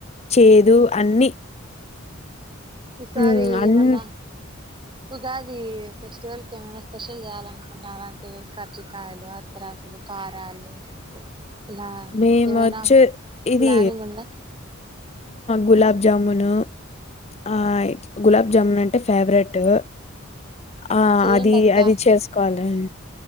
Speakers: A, on the left; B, on the right.
A: చేదు అన్ని
B: ఈసారి
A: హ్మ్ అన్ని
B: ఏమన్న ఉగాది ఈ ఫెస్టివల్ కెమైనా స్పెషల్ చేయాలి అనుకుటునార అంటే కర్రకాయలు అత్తరాసలు కార అలు లా
A: మేమొచ్చే
B: ఏమైనా
A: ఇది
B: ప్లానింగ్ ఉందా
A: గులాబ్జామును ఆ గులాబ్ జామున్ అంటే ఫేవరెటు ఆ
B: చెయ్యండి
A: అది
B: అక్క
A: అది చేసుకోవలె ఊ